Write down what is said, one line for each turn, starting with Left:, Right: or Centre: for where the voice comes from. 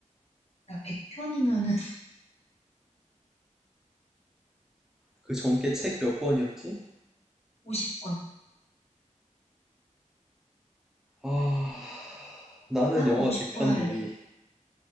Left: 야, 100편이면은
Centre: 그 전께 책 몇 권이었지?
Left: 50권.
Centre: 아, 나는
Left: <laughs> 나는
Centre: 영화
Left: 50권
Centre: 100편
Left: 할래.
Centre: 보기.